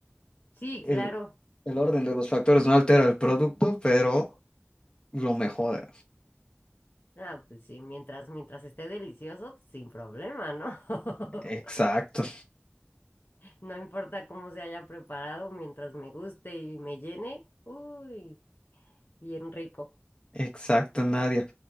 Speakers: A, on the left (about 55°); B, on the left (about 20°).
A: Sí,
B: el,
A: claro.
B: el orden de los factores no altera el producto, pero lo mejora.
A: Ah, pues sí, mientras, mientras esté delicioso, sin problema, ¿no? <laughs>
B: Exacto,
A: No importa cómo se haya preparado, mientras me guste y me llene, uy, bien rico.
B: exacto, Nadia.